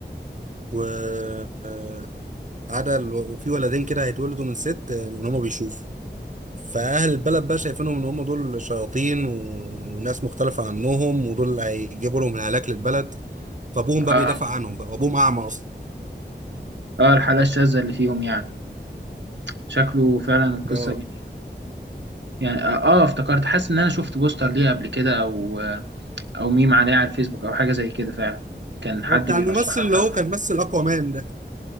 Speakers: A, on the right; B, on the right.
A: و آه، عدا ال- وفي ولدين كده هيتولدوا من ست آه، ان هم بيشوفوا فأهل البلد بقى شايفينهم إن هم دول شياطين و- وناس مختلفة عنهم ودول اللي هيجيبوا لهم الهلاك للبلد فأبوهم بقى
B: اه
A: بيدافع عنهم بقى وأبوهم أعمى أصلا
B: اه الحلقة الشاذة اللي فيهم يعني شكله فعلا القصة
A: اه
B: جميلة يعني اه آه، افتكرت حاسس ان انا شفت بوستر ليه قبل كده او آه، او ميم عليها على الفيسبوك او حاجه زي كده فعلا كان حد
A: هو بتاع
B: بيرشحه
A: الممثل اللي
B: لحد
A: هو كان مثل اكوامان ده